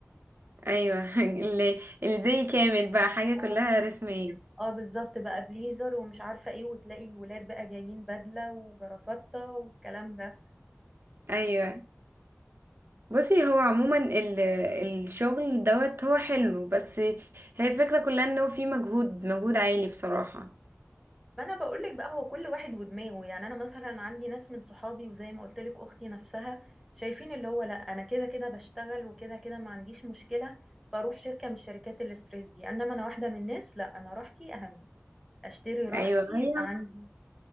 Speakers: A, on the right (about 55°); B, in the centre.
A: ايوه <laughs> ال- الزي كامل بقى حاجة كلها
B: اه
A: رسمية
B: اه بالظبط بقى بليزر ومش عارفه ايه وتلاقي الولاد بقى جايين بدله وجرافطه والكلام ده
A: ايوه بصي هو عموما ال الشغل دوت هو حلو بس هي الفكرة كلها انه في مجهود مجهود عالي بصراحة
B: فانا بقول لك بقى هو كل واحد ودماغه يعني انا مثلا عندي ناس من صحابي وزي ما قلت لك اختي نفسها شايفين اللي هو لا انا كده كده بشتغل وكده كده ما عنديش مشكله فاروح شركه من شركات الاستريس دي انما انا واحده من الناس لا انا راحتي اهم اشتري راحتي
A: ايوه هي
B: يبقى عندي